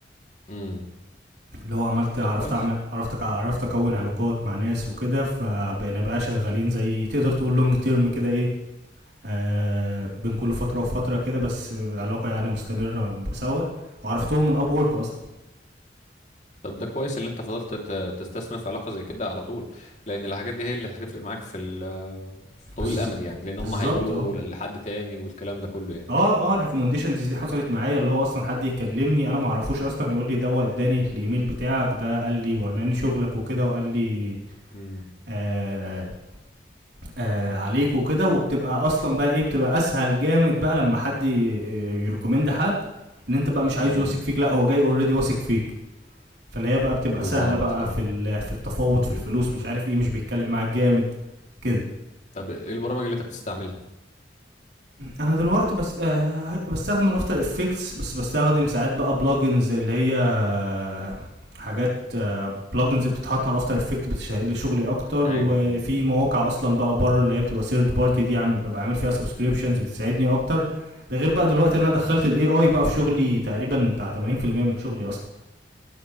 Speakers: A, on the left (about 40°); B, on the right (about 65°).
A: امم
B: اللي هو عملت
A: طب
B: عرفت
A: كويس
B: اعمل عرفت عرفت اكون علاقات مع ناس وكده فبقينا بقى شغالين زي تقدر تقول لونج تيرم كده ايه آه بين كل فتره وفتره كده بس علاقه يعني مستمره سوا وعرفتهم من اب وورك اصلا
A: طب ده كويس اللي انت فضلت ت- تستثمر في علاقه زي كده على طول لان الحاجات دي هي اللي هتفرق معاك في ال- في طويل
B: بز...
A: الامد يعني لان
B: بالظبط
A: هم هيقولوا
B: اه
A: لحد تاني والكلام ده كله يعني
B: اه اه الريكومنديشنز دي حصلت معايا اللي هو اصلا حد يكلمني انا ما اعرفوش اصلا يقول لي ده اداني الايميل بتاعك ده قال لي وراني شغلك وكده وقال لي
A: امم
B: آه آه، آه عليك وكده وبتبقى اصلا بقى ايه بتبقى اسهل جامد بقى لما حد يريكومند حد ان انت بقى مش عايز
A: امم
B: واثق فيك لا هو جاي اوريدي واثق فيك فاللي هي بقى بتبقى
A: بالظبط
B: سهله بقى
A: اه
B: في ال- في التفاوض في الفلوس مش عارف ايه مش بيتكلم معاك جامد كده
A: طب ايه البرامج اللي انت بتستعملها
B: انا دلوقتي بس آه بستخدم الافتر افكتس بس بستخدم ساعات بقى بلجنز اللي هي آه، حاجات بلجنز بتتحط على الافتر افكت بتسهل لي شغلي اكتر
A: ايوه
B: وفي
A: ايوه
B: مواقع اصلا بقى بره اللي هي بتبقى ثيرد بارتي دي عم ببقى عامل فيها سبسكريبشنز بتساعدني اكتر ده غير بقى دلوقتي ان انا دخلت الاي اي بقى في شغلي تقريبا بتاع 80% من شغلي اصلا